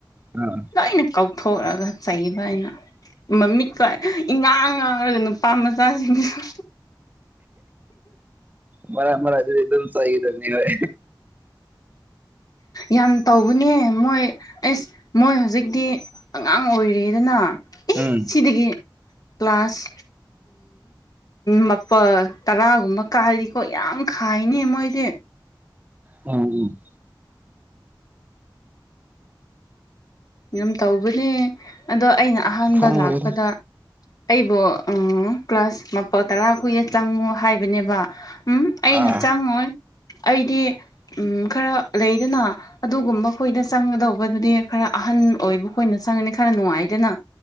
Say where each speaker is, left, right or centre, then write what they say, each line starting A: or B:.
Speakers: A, on the right (about 20°); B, on the left (about 50°).
A: ꯑꯥ
B: ꯂꯣꯏꯅ ꯀꯧꯊꯣꯛꯑꯒ ꯆꯩꯕ ꯑꯅ ꯃꯃꯤꯠꯀ ꯏꯉꯥꯡ ꯑꯗꯨꯒꯔ ꯅꯨꯄꯥ ꯃꯆꯥꯁꯤꯡꯁꯨ
A: ꯃꯔꯛ ꯃꯔꯛꯇꯗꯤ ꯑꯗꯨꯝ ꯆꯩꯔꯕꯅꯤ ꯍꯣꯏ
B: ꯌꯥꯝ ꯇꯧꯕꯅꯦ ꯃꯣꯏ ꯑꯦꯁ ꯃꯣꯏ ꯍꯧꯖꯤꯛꯇꯤ ꯑꯉꯥꯡ ꯑꯣꯏꯔꯤꯗꯅ
A: ꯎꯝ
B: ꯑꯩꯗꯒꯤ ꯀ꯭ꯂꯥꯁ ꯃꯥꯄꯜ ꯇꯔꯥꯒꯨꯝꯕ ꯀꯥꯏꯔꯤꯀꯣ ꯌꯥꯝ ꯈꯥꯏꯅꯤ ꯃꯣꯏꯗꯤ
A: ꯎꯝ ꯎꯝ
B: ꯑꯗꯨꯝ ꯇꯧꯕꯅꯦ ꯑꯗꯣ ꯑꯩꯅ ꯑꯍꯥꯟꯕ
A: ꯈꯪꯕꯅꯤꯗ
B: ꯂꯥꯛꯄꯗ ꯑꯩꯕꯨ ꯀ꯭ꯂꯥꯁ ꯃꯥꯄꯜ ꯇꯔꯥ ꯈꯣꯏꯗ ꯆꯪꯉꯣ ꯍꯥꯏꯕꯅꯦꯕ ꯎꯝ ꯑꯩꯅ
A: ꯑꯥ
B: ꯆꯪꯉꯣꯏ ꯑꯩꯗꯤ ꯎꯝ ꯈꯔ ꯂꯩꯗꯅ ꯑꯗꯨꯒꯨꯝꯕ ꯈꯣꯏꯗ ꯆꯪꯒꯗꯧꯕꯗꯨꯗꯤ ꯈꯔ ꯑꯍꯟ ꯑꯣꯏꯕꯈꯣꯏꯅ ꯆꯪꯉꯗꯤ ꯈꯔ ꯅꯨꯡꯉꯥꯏꯗꯅ